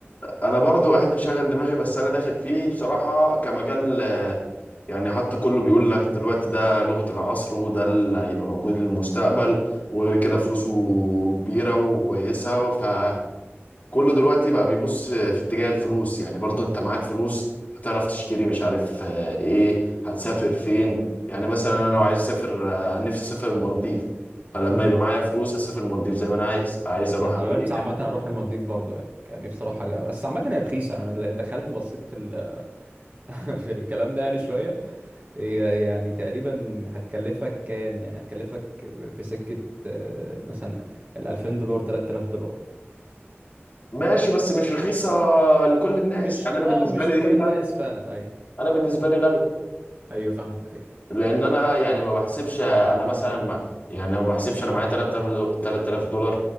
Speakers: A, on the left; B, on the right.
A: انا برضو احب اشغل دماغي بس انا داخل فيه بصراحة كمجال آه، يعني حتى كله بيقول لك دلوقتي ده لغة العصر وده اللي هيبقى موجود للمستقبل وغير كده فلوسه كبيرة وكويسة ف كله دلوقتي بقى بيبص في اتجاه الفلوس يعني برضو انت معاك فلوس هتعرف تشتري مش عارف آه، ايه هتسافر فين يعني مثلا انا
B: صح
A: لو عايز اسافر آه، نفسي اسافر المالديف فلما
B: امم
A: يبقى معايا فلوس هسافر المالديف زي ما انا عايز عايز اروح
B: صح
A: امريكا
B: انا نفسي عامه اروح المالديف برضو يعني كان نفسي اروح حاجه بس عامه هي رخيصه انا دخلت بصيت في ال <laughs> في الكلام ده يعني شوية هي يعني تقريبا هتكلفك كام يعني هتكلفك في سكة آه، مثلا ال 2000 دولار 3000 دولار
A: ماشي بس مش رخيصة لكل الناس
B: مش
A: يعني
B: اه
A: انا بالنسبة
B: مش
A: لي
B: لكل الناس
A: غالية
B: فعلا ايوه
A: انا بالنسبة لي غالية
B: ايوه فاهمك ايوه
A: لان انا يعني ما بحسبش انا مثلا ما يعني ما بحسبش انا معايا 3000 دو- 3000 دولار